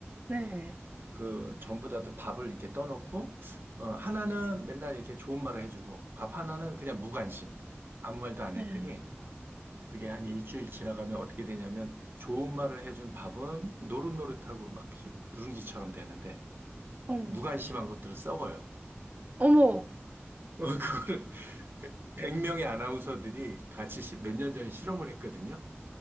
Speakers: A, on the right; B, on the right.
A: 네,
B: 그 전부 다들 밥을 이렇게 떠놓고 어, 하나는 맨날 이렇게 좋은 말을 해주고 밥 하나는 그냥 무관심 아무 말도 안
A: 네.
B: 했더니 그게 한 일주일 지나가면 어떻게 되냐면 좋은 말을 해준 밥은 노릇노릇하고 막 이렇게 누룽지처럼 되는데
A: 어머,
B: 무관심한 것들을 썩어요.
A: 어머.
B: <laughs> 그거를 100명의 아나운서들이 같이 몇 년 전에 실험을 했거든요.